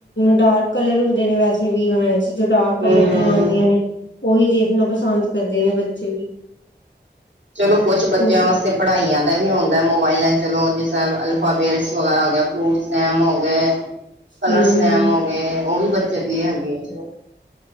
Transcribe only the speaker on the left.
ਡਾਰਕ ਕਲਰ ਹੁੰਦੇ ਨੇ, ਵੈਸੇ ਵੀ ਓਨਾਂ ਜੋ ਡਾਰਕ ਕਲਰ
ਦੀਆਂ ਆਂਦੀਆਂ
ਨੇ, ਓਹੀ ਦੇਖਨਾ ਪਸੰਦ ਕਰਦੇ ਨੇ, ਬੱਚੇ ਵੀ।
ਉਹ
ਹਮ